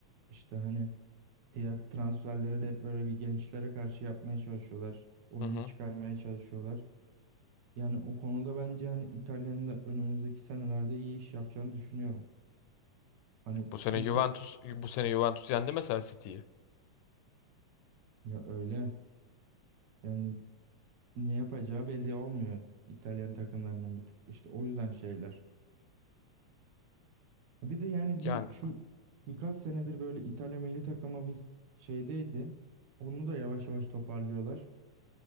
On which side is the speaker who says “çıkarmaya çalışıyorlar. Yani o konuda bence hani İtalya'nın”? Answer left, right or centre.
Right